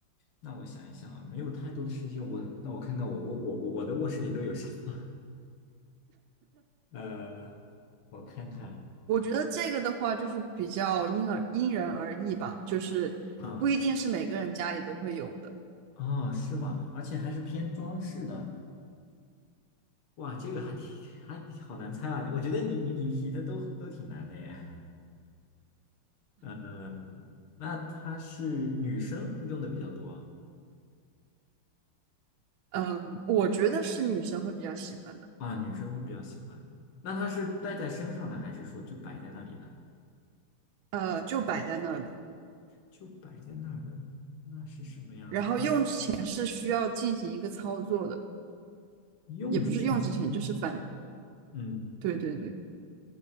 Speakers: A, on the left; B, on the right.
A: 那我想一想啊，没有太多的实际用，我那我看看我我我我我的卧室里都有啥？<laughs> 呃，我看看
B: 我觉得这个的话，就是比较因而因人而异吧，就是不一定是每个人家里都会有的。
A: 啊，哦，是吗？而且还是偏装饰的，哇，这个还挺还好难猜啊！我觉得你你你你的都都挺难的耶。嗯，那它是女生会用的比较多
B: 嗯，我觉得是女生会比较喜欢的，
A: 啊，女生会比较喜欢。那它是戴在身上的，还是说就摆在那里的？
B: 呃，就摆在那儿的。
A: 就摆在那儿的，那是什么呀？
B: 然后用之前是需要进行一个操作的，
A: 用之前需要，
B: 也不是用之前，就是反，
A: 嗯
B: 对对对。